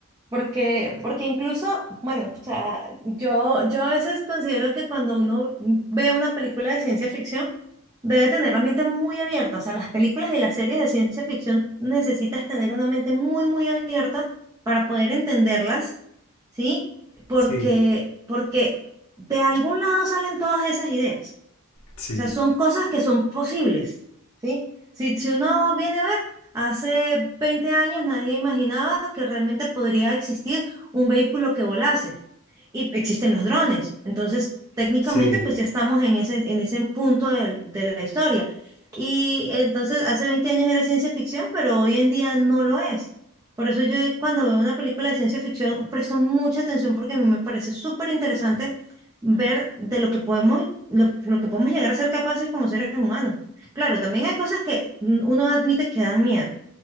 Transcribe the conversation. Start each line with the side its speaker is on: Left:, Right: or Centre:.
Right: Porque, porque incluso, bueno, o sea, yo, yo a veces considero que cuando uno ve una película de ciencia ficción, debe tener la mente muy abierta. O sea, las películas y las series de ciencia ficción necesitas tener una mente muy, muy abierta para poder entenderlas, ¿sí? Porque,
Left: Sí,
Right: porque de algún lado salen todas esas ideas. O
Left: sí,
Right: sea, son cosas que son posibles, ¿sí? Si, si uno viene a ver, hace 20 años nadie imaginaba que realmente podría existir un vehículo que volase y existen los drones. Entonces, técnicamente,
Left: sí,
Right: pues ya estamos en ese, en ese punto de, de la historia. Y entonces, hace 20 años era ciencia ficción, pero hoy en día no lo es. Por eso yo cuando veo una película de ciencia ficción presto mucha atención porque a mí me parece súper interesante ver de lo que podemos, lo, lo que podemos llegar a ser capaces como seres humanos. Claro, también hay cosas que uno admite que dan miedo,